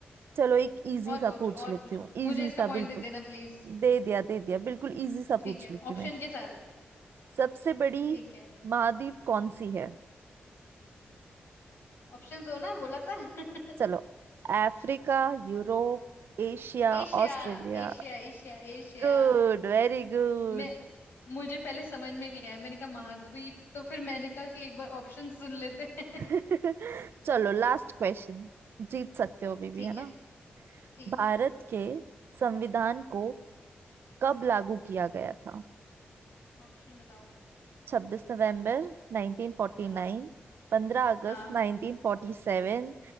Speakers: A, on the right (about 75°); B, on the left (about 75°).
A: चलो एक इजी
B: और
A: सा
B: पूछो
A: पूछ
B: और
A: लेती
B: पूछो
A: हूँ
B: मुझे
A: इजी
B: इसका
A: सा
B: पॉइंट
A: बिल्कुल
B: दे देना प्लीज
A: दे दिया दे दिया बिल्कुल इजी सा
B: ठीक
A: पूछ
B: है
A: लेती
B: ऑप्शन
A: हूँ एक
B: के साथ
A: सबसे बड़ी
B: ठीक है
A: महाद्वीप कौन सी है
B: ऑप्शन दो ना बोला था <laughs>
A: चलो Africa Europe
B: हाँ,
A: Asia
B: एशिया
A: Australia
B: Asia Asia Asia
A: Good very good
B: मैं मुझे पहले समझ में नहीं आया मैंने कहा महाद्वीप तो फिर मैंने कहा कि एक बार ऑप्शन सुन लेते हैं
A: <laughs> चलो लास्ट क्वेश्चन जीत सकते हो अभी
B: <laughs>
A: भी
B: ठीक
A: है ना
B: है ठीक
A: भारत
B: है
A: के संविधान को कब लागू किया गया था
B: ऑप्शन बताओ
A: 26 नवंबर 1949
B: हाँ
A: 15 अगस्त
B: हाँ
A: 1947